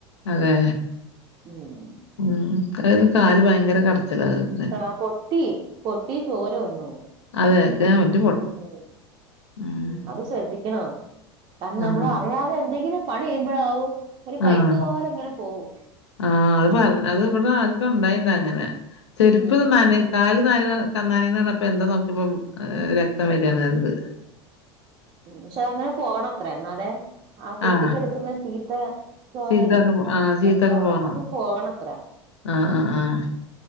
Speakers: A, on the left; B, on the right.
A: അതെ
B: ഉം
A: ഉം അതത് കാല് ഭയങ്കര കടച്ചില അത്..
B: ആഹ് പൊട്ടി പൊട്ടി ചോര വന്നു.
A: അതെ <unintelligible>
B: ഉം
A: ഉം.
B: അത് ശ്രദ്ധിക്കണം. കാരണം നമ്മള്
A: ആഹ്.
B: അറിയാതെ എന്തെങ്കിലും പണി ചെയ്യുമ്പോഴാവും ഒരു പൈപ്പ്
A: ആഹ്.
B: പോലെ ഇങ്ങനെ പോവും.
A: ആഹ് അത് പറ അത് ഇവിടെ ആർക്കോ ഉണ്ടായേണ്ട് അങ്ങനെ. ചെരുപ്പ്
B: ഉം
A: നന
B: അത്
A: കാല് നനയണ കന്നാലിന്ന് പറഞ്ഞപ്പോ എന്താ നോക്കിയപ്പോ രക്തം വരാണത്.
B: ഉം പക്ഷെ അതങ്ങനെ പോണം അത്രെ. എന്നാലെ ആ കെട്ടിക്കെടുക്കുന്ന
A: ആഹ്.
B: ചീത്ത ചോര
A: ചീത്തൊക്കെ
B: ഇല്ലേ
A: ആഹ് ചീത്തൊക്കെ
B: രക്തം
A: പോണു.
B: അത് പോകണത്രേ.
A: ആഹ് ആഹ് ആഹ്.